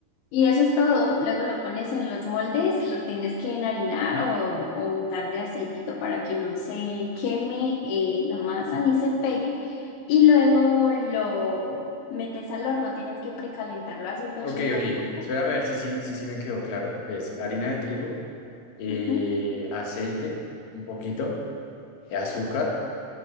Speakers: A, on the left; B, on the left.
A: y eso es todo. Luego lo pones en los moldes, lo tienes que enharinar o, o untar de aceitito para que no se queme eh, la masa ni se pegue. Y luego lo metes al horno, tienes que precalentarlo a ciento
B: ok,
A: ochenta
B: ok.
A: grados.
B: Espérame a ver si sí si, si, me quedó claro. Es harina de trigo, eh,
A: Ujú,
B: aceite, un poquito,
A: sí,
B: eh, azúcar,